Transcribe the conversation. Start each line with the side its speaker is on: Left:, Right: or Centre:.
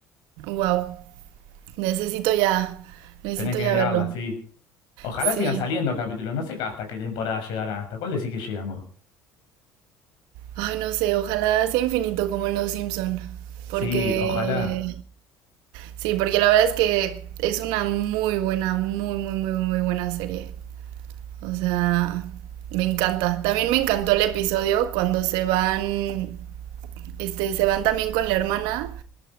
Right: wow. Necesito ya, necesito
Left: Tenés que
Right: ya
Left: mirarla,
Right: verlo.
Left: sí. Ojalá
Right: Sí.
Left: sigan saliendo capítulos, no sé hasta qué temporada llegarán, hasta cuál decís que llegamos.
Right: Ay, no sé, ojalá sea infinito como en Los Simpson, porque
Left: Sí, ojalá.
Right: sí, porque la verdad es que es una muy buena, muy, muy, muy, muy buena serie. O sea, me encanta. También me encantó el episodio cuando se van, este, se van también con la hermana.